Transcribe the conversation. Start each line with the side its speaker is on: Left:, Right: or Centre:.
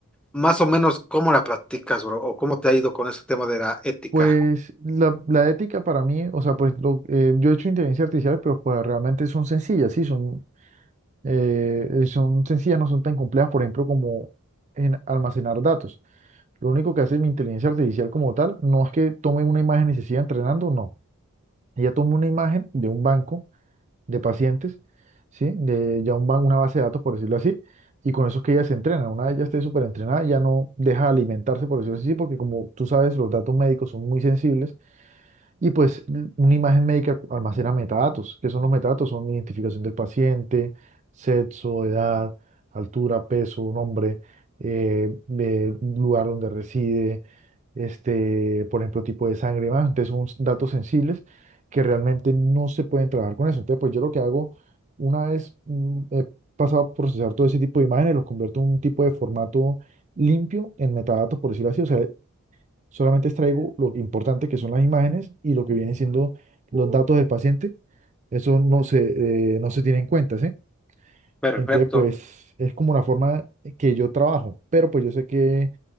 Centre: Más o menos, ¿cómo la practicas, bro? ¿O cómo te ha ido con ese tema de la ética?
Right: Pues la, la ética para mí, o sea, pues lo- eh, yo he hecho inteligencia artificial, pero pues realmente son sencillas, sí, son, eh, eh, son sencillas, no son tan complejas, por ejemplo, como en almacenar datos. Lo único que hace mi inteligencia artificial como tal, no es que tome una imagen y se siga entrenando, no. Ella toma una imagen de un banco de pacientes, ¿sí? De ya un ban- una base de datos, por decirlo así, y con eso es que ella se entrena. Una vez ya esté súper entrenada, ya no deja de alimentarse, por decirlo así, porque como tú sabes, los datos médicos son muy sensibles y pues un- una imagen médica almacena metadatos. ¿Qué son los metadatos? Son identificación del paciente, sexo, edad, altura, peso, nombre, eh, de lugar donde reside, este, por ejemplo, tipo de sangre y más. Entonces son datos sensibles que realmente no se pueden trabajar con eso. Entonces, pues yo lo que hago, una vez mm, he pasado a procesar todo ese tipo de imágenes, los convierto en un tipo de formato limpio en metadatos, por decirlo así. O sea, Solamente extraigo lo importante que son las imágenes y lo que vienen siendo los datos del paciente. Eso no se, eh, no se tiene en cuenta, ¿sí?
Centre: Perfecto.
Right: Entonces, pues es como una forma que yo trabajo, pero pues yo sé que,